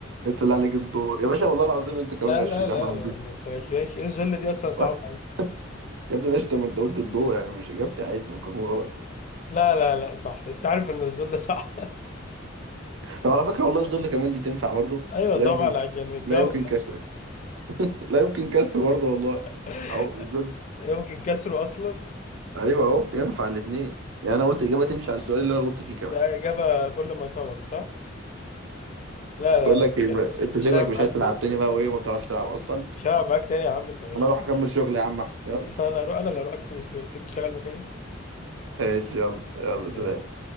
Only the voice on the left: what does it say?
لا
لا لا
لا
لا انت غشاش ايه الذله دي اصلا صعبه
قوي
لا لا لا صح انت عارف ان الذله صح
<laughs> ايوه
طبعا
عشان متجاوب
<laughs>
يمكن كسره اصلا
ده اجابه كل ما سبق صح لا لا
لا، مش
مش
لاعب
معاك
تاني
مش هلعب معاك تاني يا عم انت غشاش
<laughs>
انا هروح انا اللي هروح اكمل <laughs> يوم تيجي تشتغل مكاني
لا.